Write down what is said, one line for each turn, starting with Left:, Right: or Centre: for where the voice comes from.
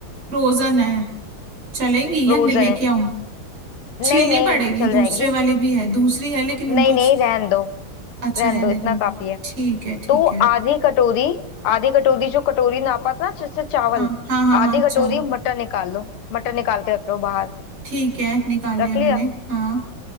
Right: फ्रोजन है चलेंगी
Left: फ्रोजन
Right: या न- लेके
Left: है
Right: आऊं
Left: नहीं
Right: छीलनी
Left: नहीं
Right: पड़ेगी
Left: चल
Right: दूसरे
Left: जाएंगी
Right: वाली भी है दूसरी है लेकिन उनको
Left: नहीं
Right: छ-
Left: नहीं रहन दो
Right: अच्छा
Left: रहन
Right: रहने
Left: दो इतना
Right: दूं
Left: काफी है
Right: ठीक है ठीक
Left: तो
Right: है
Left: आधी कटोरी आधी कटोरी जो कटोरी नापा था ना जिससे चावल
Right: हाँ हाँ हाँ हाँ
Left: आधी
Right: अच्छा
Left: कटोरी मटर निकाल लो मटर निकाल के रख लो बाहर
Right: ठीक है निकाल लिया
Left: रख
Right: मैंने
Left: लिया
Right: हाँ